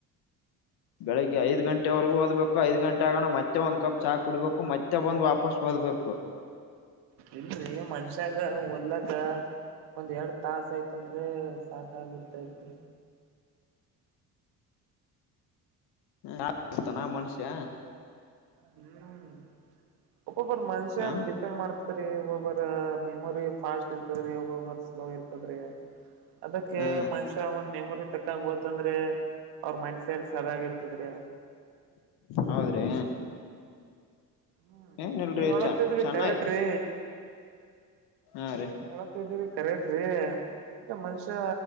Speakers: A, on the left; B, on the right.
A: ಬೆಳಿಗ್ಗೆ ಐದ್ ಗಂಟೆವರ್ಗು ಒದ್ಬೇಕು ಐದ್ ಗಂಟೆಗಣ ಮತ್ತೆ ಒಂದ್ ಕಪ್ ಚಾ ಕುಡಿಬೇಕು ಮತ್ತೆ ಬಂದ್ ವಾಪಸ್ ಓದ್ಬೇಕು.
B: ಇಳ್ರಿ ಮನ್ಷ್ಯಾಗ ಓದ್ಲಕಾ. ಒಂದ್ ಎರಡ್ ತಾಸ್ ಐತಂದ್ರೇ ಸಾಕಾಗಿರ್ತೈತೆ.
A: <unintelligible> ನಾ ಮನುಷ್ಯ.
B: ಹ್ಮ್ ಒಪ್ಪಬ್ಬರ್ ಮನ್ಷ್ಯ
A: ಹ
B: ಡಿಪೆಂಡ್ ಮಾಡ್ ತ್ರಿ ಒಬರಾ ಮೆಮೊರಿ ಫಾಸ್ಟ್ ಇರ್ತದ್ರಿ ಒಬ್ಬೊಬ್ಬರ್ ಸ್ಲೋ ಇರ್ತದ್ರಿ. ಅದಕ್ಕೆ
A: ಹ್ಮ
B: ಮನ್ಷ್ ತಾ ಅವ್ನ್ ಮೆಮೊರಿ ತಕ್ಕಂಗ್ ಹೋದಂದ್ರೆ ಅವ್ರ್ ಮೈಂಡ್ ಸೆಟ್ ಸರಿಯಾಗ್ ಇರ್ತದ್ರಿ.
A: ಹೌದ್ರಿ.
B: ಹ್ಮ್
A: ಏನ್ ಇಲ್ರಿ
B: ನೀವ್ ಹೊಳತ್ತಿದ್ರಿ
A: ಚ ಚೆನ್ನಾಗಿ
B: ಕರೆಕ್ಟ್ರೀ.
A: ಹಾ ರೀ
B: ನಿ ಹೊಳತ್ತಿದಿದ್ ಕರೆಕ್ಟ್ರೀ <unintelligible> ಮನ್ಷ್ಯ.